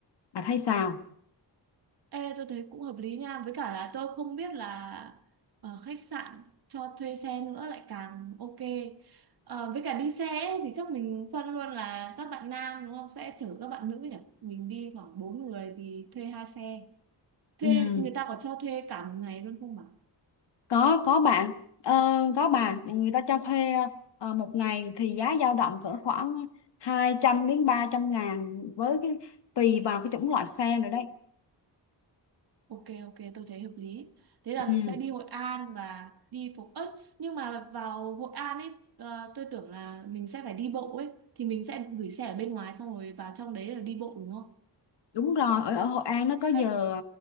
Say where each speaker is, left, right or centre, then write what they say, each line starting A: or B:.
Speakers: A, on the left; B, on the right.
A: bà thấy sao
B: ê tôi thấy cũng hợp lý nha với cả là tôi không biết là ờ, khách sạn cho thuê xe nữa lại càng ok Ờ, với cả đi xe ấy, thì chắc mình phân luôn là các bạn nam đúng không sẽ chở các bạn nữ nhỉ mình đi khoảng bốn người thì thuê hai xe thuê
A: ừ.
B: người ta có cho thuê cả một ngày luôn không bà
A: có có bạn ờ, có bà người ta cho thuê ờ, một ngày thì giá dao động cỡ khoảng hai trăm đến ba trăm ngàn với cái tùy vào cái chủng loại xe nữa đấy
B: Ok ok tôi thấy hợp lý. Thế là
A: ừ.
B: mình sẽ đi Hội An và đi phố ớt nhưng mà vào Hội An ấy ờ, tôi tưởng là mình sẽ phải đi bộ ấy thì mình sẽ gửi xe ở bên ngoài xong rồi vào trong đấy là đi bộ đúng không?
A: đúng rồi ở ở Hội An nó có giờ
B: Hay